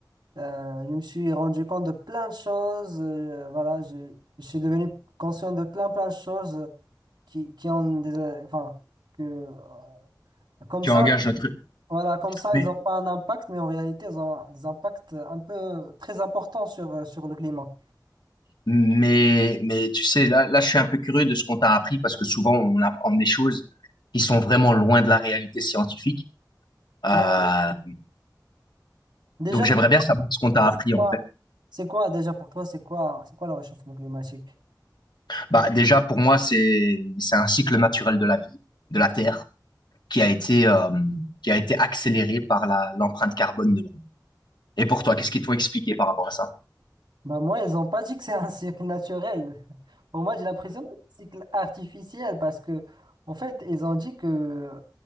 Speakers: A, on the right; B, on the left.
A: euh, je me suis rendu compte de plein de choses. euh, voilà, je, je suis devenu conscient de plein, plein de choses qui, qui ont des, euh, enfin, que euh, comme
B: qui
A: ça,
B: engage notre...
A: voilà, comme ça,
B: Mais,
A: ils n'ont pas un impact, mais en réalité, ils ont des impacts un peu très importants sur, euh, sur le climat.
B: mais, mais tu sais, là, là, je suis un peu curieux de ce qu'on t'a appris, parce que souvent, on apprend des choses qui sont vraiment loin de la réalité scientifique. Euh,
A: Bah, déjà,
B: donc, j'aimerais bien savoir ce qu'on t'a
A: Toi,
B: appris,
A: c'est quoi?
B: en fait.
A: C'est quoi déjà pour toi? C'est quoi? C'est quoi le réchauffement climatique?
B: Bah, déjà, pour moi, c'est, c'est un cycle naturel de la vie, de la Terre, qui a été, euh, qui a été accéléré par la, l'empreinte carbone de l'homme. Et pour toi, qu'est-ce qu'ils t'ont expliqué par rapport à ça?
A: Bah moi, ils ont pas dit que c'est un cycle naturel. <laughs> Pour moi, j'ai l'impression que c'est un cycle artificiel parce que, en fait, ils ont dit que euh,